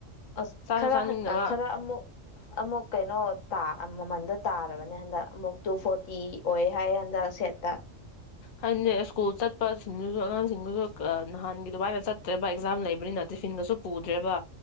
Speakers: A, on the left; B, on the left.
A: ꯑꯁ
B: ꯆꯥꯁꯨ
A: ꯈꯔ
B: ꯆꯥꯅꯤꯡꯗꯕ
A: ꯈꯔ ꯑꯃꯨꯛ ꯑꯃꯨꯛ ꯀꯩꯅꯣ ꯃꯃꯟꯗꯣ ꯇꯥꯔꯕꯅꯦ ꯍꯟꯗꯛ ꯑꯃꯨꯛ ꯇꯨ ꯐꯣꯔꯇꯤ ꯑꯣꯏ ꯍꯥꯏ ꯍꯟꯗꯛ ꯁꯦꯠꯇꯥ
B: ꯍꯥꯏꯅꯦ ꯁ꯭ꯀꯨꯜ ꯆꯠꯄꯁꯤꯡꯗꯨꯁꯨ ꯑꯉꯥꯡꯁꯤꯡꯗꯨꯁꯨ ꯅꯍꯥꯟꯒꯤ ꯑꯗꯨꯃꯥꯏꯅ ꯆꯠꯇ꯭ꯔꯦꯕ ꯑꯦꯛꯖꯥꯝ ꯂꯩꯕꯅꯤꯅ ꯇꯤꯐꯤꯟꯒꯁꯨ ꯄꯨꯗ꯭ꯔꯦꯕ